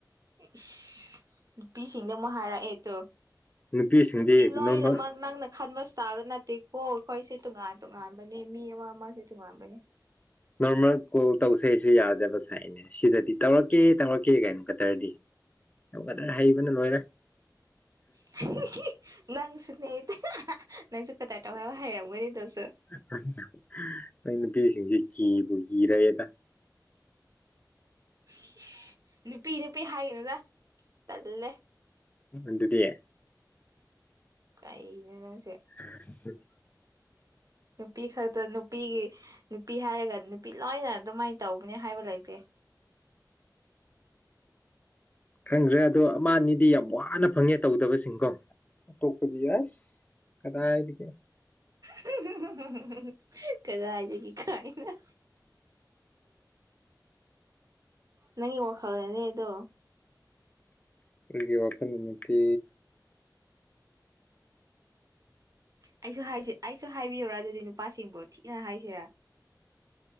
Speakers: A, on the right (about 50°); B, on the left (about 20°).
A: ꯏꯁ ꯅꯨꯄꯤꯁꯤꯡꯗꯤ ꯑꯃꯨꯛ ꯍꯥꯏꯔꯛꯑꯦ ꯇꯨ
B: ꯅꯨꯄꯤꯁꯤꯡꯗꯤ
A: ꯅꯨꯄꯤ ꯂꯣꯏꯅꯃꯛ
B: ꯅꯣꯔꯃꯦꯜ
A: ꯅꯪꯅ ꯈꯟꯕ ꯏꯁꯇꯥꯏꯜꯗꯣ ꯅꯠꯇꯦꯀꯣ ꯑꯩꯈꯣꯏꯁꯦ ꯇꯣꯉꯥꯟ ꯇꯣꯉꯥꯟꯕ ꯅꯦ ꯃꯤ ꯑꯃ ꯑꯃꯁꯦ ꯇꯨꯉꯥꯟꯕꯅꯦ
B: ꯅꯣꯔꯃꯦꯜ ꯀꯣꯜ ꯇꯧꯁꯦꯁꯨ ꯌꯥꯗꯕ ꯁꯥꯏꯅꯦ ꯁꯤꯗꯗꯤ ꯇꯧꯔꯛꯀꯦ ꯇꯧꯔꯛꯀꯦꯒꯥꯏꯅ ꯀꯗꯔꯗꯤ ꯇꯣ ꯀꯗꯔ ꯍꯩꯕꯅ ꯂꯣꯏꯔꯦ
A: <unintelligible> ꯅꯪꯁꯨꯅꯦꯗ ꯅꯪꯁꯨ ꯀꯗꯥꯔ ꯇꯧ ꯌꯥꯝ ꯍꯩꯔꯝꯒꯅꯤ ꯇꯧꯁꯨ
B: <inaudible> ꯅꯣꯏ ꯅꯨꯄꯤꯁꯤꯡꯖꯤ ꯀꯤꯕꯨ ꯀꯤꯔꯑꯦꯗ
A: ꯁꯤ ꯏꯁ ꯅꯨꯄꯤ ꯅꯨꯄꯤ ꯍꯥꯏꯒꯅꯨꯗ ꯇꯜꯂꯦ
B: ꯑꯗꯨꯗꯤ
A: ꯀꯥꯅꯣ ꯅꯪꯁꯦ
B: <unintelligible>
A: ꯅꯨꯄꯤ ꯈꯛꯇ ꯅꯨꯄꯤꯒꯤ ꯅꯨꯄꯤ ꯍꯥꯏꯔꯒ ꯅꯨꯄꯤ ꯂꯣꯏꯅ ꯑꯗꯨꯃꯥꯏ ꯇꯧꯕꯅꯦ ꯍꯥꯏꯕ ꯂꯩꯇꯦ
B: ꯈꯪꯈ꯭ꯔꯦ ꯑꯗꯣ ꯑꯃ ꯑꯅꯤꯗꯤ ꯌꯥꯝ ꯋꯥꯅ ꯐꯪꯉꯦ ꯇꯧꯗꯕꯁꯤꯡꯀꯣ ꯑꯇꯣꯞꯄꯗꯤ ꯑꯁ ꯀꯗꯥꯏꯗꯒꯤ
A: <unintelligible> ꯀꯗꯥꯏꯗꯒꯤ ꯀꯥꯏꯅ <unintelligible> ꯅꯪꯒꯤ ꯋꯥꯈꯜꯅꯅꯦ ꯑꯗꯣ
B: ꯑꯩꯒꯤ ꯋꯥꯈꯜ ꯑꯃꯨꯛꯇꯤ
A: ꯑꯩꯁꯨ ꯍꯥꯏꯁꯤ ꯑꯩꯁꯨ ꯍꯥꯏꯕꯤꯌꯨꯔ ꯑꯗꯨꯗꯤ ꯅꯨꯄꯥꯁꯤꯡꯕꯣ ꯊꯤꯅ ꯍꯥꯏꯁꯤꯔ